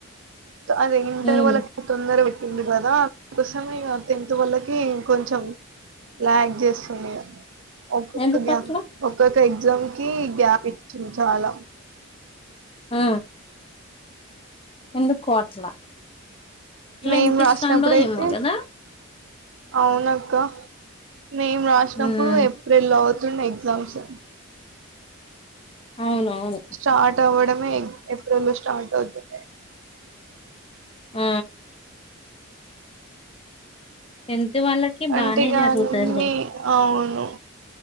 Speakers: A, on the right; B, on the left.
A: అదె ఇంటర్
B: ఉమ్
A: వోళ్లక్ తొందర పెట్ ఉంది గదా అందుకోసమె ఇగ టెన్త్ వొళ్లకి కొంచెం ల్యాగ్ జేస్తుందిగ. ఒక్కొక్కగ్య
B: ఎందుకు అట్లా
A: ఒక్కొక్క ఎగ్జామ్ కి కి గ్యాపిచ్చింద్ చాలా.
B: ఆ ఎందుకొ అట్ల.
A: మేమ్
B: ఎందుకు
A: రాసినప్పుడైతె
B: ఇస్తాండో ఏమో కదా
A: ఔనక్క. మేమ్ రాష్నప్పుడు
B: ఉమ్
A: ఏప్రిల్లో ఔత్ జుండె ఎగ్జామ్స్.
B: అవునవును
A: స్టాటవ్వడం. మే. ఏప్రిల్లొ స్టాటవ్తుండె.
B: ఆ టెన్త్ వాళ్ళకి
A: అంటిగాన్ని
B: బానే జరుగుతదిలే
A: ఔను